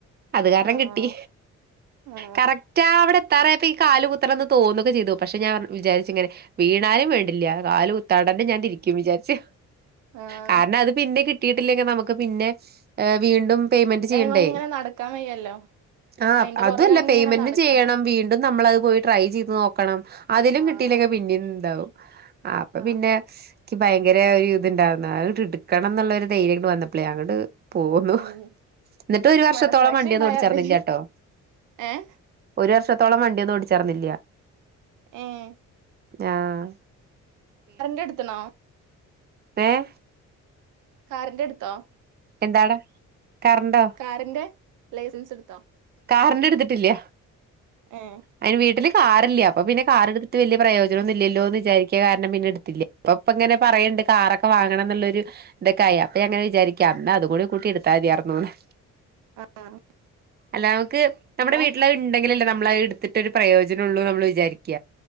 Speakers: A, on the right; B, on the right.
A: അത് കാരണം
B: ആഹ്
A: കിട്ടി
B: ആഹ് ആഹ്
A: കറക്റ്റ് ആ അവിടെ എത്താറായപ്പോ ഈ കാല് കുത്തണംന്ന് തോന്നൊക്കെ ചെയ്തു പക്ഷെ ഞാൻ വിചാരിച്ചിങ്ങനെ വീണാനും വേണ്ടില്ല കാല് കുത്താണ്ടെന്നെ ഞാൻ തിരിക്കും വിചാരിച്ച്
B: ആഹ്
A: കാരണം അത് പിന്നെ കിട്ടിയിട്ടില്ലെങ്കി നമുക്ക് പിന്നെ വീണ്ടും പേയ്മെന്റ്
B: പിന്നെ
A: ചെയ്യണ്ടേ?
B: അയിമ ഇങ്ങനെ നടക്കാൻ വയ്യല്ലോ
A: ആഹ്
B: അയിന്റെ
A: അതും
B: പുറകെ
A: അല്ല
B: അങ്ങനെ
A: പേയ്മെന്റും
B: നടക്കണം
A: ചെയ്യണം വീണ്ടും നമ്മളത് പോയി ട്രൈ ചെയ്ത് നോക്കണം അതിലും
B: ആഹ്
A: കിട്ടിയില്ലെങ്കി പിന്നിം ഇണ്ടാവും അപ്പൊ
B: ആഹ്
A: പിന്നെ ഇക്ക് ഭയങ്കര ഒരു ഇത്ണ്ടായിരുന്ന അഹ് ഇങ്ങട്ട് ഇടുക്കണം എന്നുള്ളൊരു ധൈര്യംങ്ങട്ട് വന്നപ്പളേ അങ്ങട് പോന്നു
B: ഉം
A: എന്നെട്ട് ഒരു വർഷത്തോളം
B: മനസാക്ഷി
A: വണ്ടിയൊന്നും
B: ഉണ്ടായാ
A: ഓടിച്ചാർന്നില്ലാട്ടോ
B: മതി ഏഹ്
A: ഒരു വർഷത്തോളം വണ്ടിയൊന്നും ഓടി ച്ചാർന്നില്ല്യ
B: ഏഹേ
A: ങ്ങാഹ്
B: കറ്ന്റെ എടുത്ത്ണോ?
A: ഏഹ്
B: കാറിന്റെ എടുത്തോ?
A: എന്താഡാ കറണ്ടോ?
B: കാറിന്റെ ലൈസൻസ് എടുത്തോ?
A: കാറിന്റെ ഇടുത്തിട്ടില്ല
B: ഏഹേ
A: അയിന് വീട്ടില് കാറില്ല്യ അപ്പൊ പിന്നെ കാറെടുത്ത് വല്ല്യ പ്രയോജനൊന്നുല്യല്ലോന്ന് വിചാരിക്ക കാരണം പിന്നെ എടുത്തില്ല ഇപ്പം ഇപ്പങ്ങനെ പറയ്ണ്ട് കാറൊക്കെ വാങ്ങണം എന്നുള്ളൊരു ഇതൊക്കെയി അപ്പൊ ഞാ ഇങ്ങനെ വിചാരിക്കാ അന്ന് അത് കൂടി കൂട്ടി ഇടുത്താ മതിയായിർന്നൂന്ന്
B: ആഹ്
A: അല്ല നമുക്ക് നമ്മുടെ
B: ഞാൻ
A: വീട്ടില് അത് ഇണ്ടെങ്കിലല്ലേ നമ്മളത് ഇടുത്തിട്ട് ഒരു പ്രയോജനൊള്ളൂന്ന് നമ്മള് വിചാരിക്ക